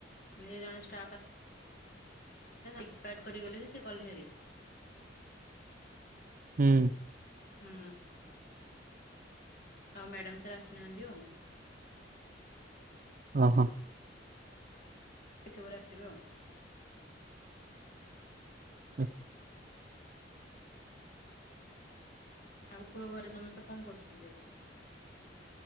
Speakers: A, on the left; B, on the right.
A: ଦି ଜଣେ ଷ୍ଟାଫ୍ ଏକ୍ସପାୟାର୍ଡ କରିଗଲେ ଯେ ସେ କଲହରୀ
B: <unintelligible> ହୁଁ।
A: ହୁଁ। ଆଉ ମ୍ୟାଡାମ ସାର୍ ଆସିନାହାନ୍ତି ଆଉ।
B: ଓ ହୋ।
A: କିପ ପରେ ଆସିବେ ଆଉ।
B: <inaudible>
A: ଆଉ ପୁଅ ଘରେ ସମସ୍ତେ କଣ କରୁଛନ୍ତି ଏବେ?